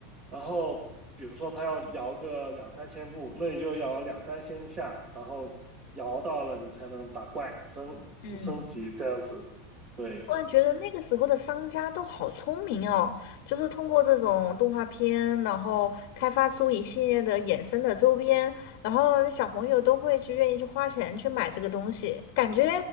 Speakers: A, on the right; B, on the left.
A: 然后比如说他要摇个两三千步，那你就摇两三千下，然后摇到了你才能打怪升升级这样子。
B: 嗯，
A: 对
B: 突然觉得那个时候的商家都好聪明哦，就是通过这种动画片，然后开发出一系列的衍生的周边，然后小朋友都会去愿意去花钱去买这个东西，感觉